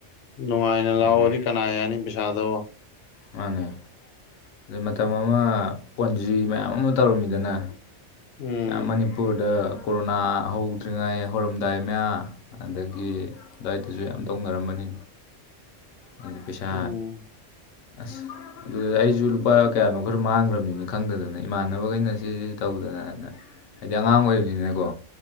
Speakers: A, on the left (about 65°); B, on the left (about 90°).
A: ꯅꯨꯡꯉꯥꯏꯅ ꯂꯥꯛꯑꯣꯗꯤ
B: ꯑꯗꯨꯅ
A: ꯀꯅꯥ ꯌꯥꯅꯤ ꯕꯤꯁꯥꯗꯣ
B: ꯃꯥꯅꯦ ꯑꯗꯩ ꯃꯇꯝ ꯑꯃ ꯄꯣꯟꯖꯤ ꯃꯌꯥꯝ ꯑꯃ ꯇꯧꯔꯝꯃꯤꯗꯅ
A: ꯎꯝ
B: ꯃꯅꯤꯄꯨꯔꯗ ꯀꯣꯔꯣꯅꯥ ꯍꯧꯗ꯭ꯔꯤꯉꯥꯏ ꯍꯧꯔꯝꯗꯥꯏ ꯃꯌꯥ ꯑꯗꯒꯤ ꯑꯗꯨꯋꯥꯏꯗꯁꯨ ꯌꯥꯝ ꯇꯧꯅꯔꯝꯃꯅꯤ
A: <inaudible>
B: ꯑꯗꯤ ꯄꯩꯁꯥ
A: ꯎꯝ
B: ꯑꯁ ꯑꯗꯨ ꯑꯩꯁꯨ ꯂꯨꯄꯥ ꯀꯌꯥꯅꯣ ꯈꯔ ꯃꯥꯡꯒꯔꯝꯅꯤꯅꯦ ꯈꯪꯗꯗꯅ ꯏꯃꯥꯟꯅꯕꯈꯩꯅ ꯁꯤꯁ ꯇꯧꯗꯅ ꯑꯗꯨ ꯍꯥꯏꯗꯤ ꯑꯉꯥꯡ ꯑꯣꯏꯕꯅꯤꯅꯀꯣ